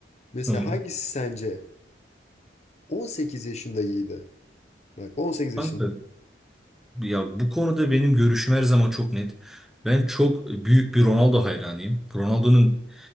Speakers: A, on the left (about 35°); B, in the centre.
A: Mesela
B: Tamam.
A: hangisi sence? 18 yaşında iyiydi. Bak 18 yaşında.
B: Kanka, ya bu konuda benim görüşüm her zaman çok net. Ben çok büyük bir Ronaldo hayranıyım. Ronaldo'nun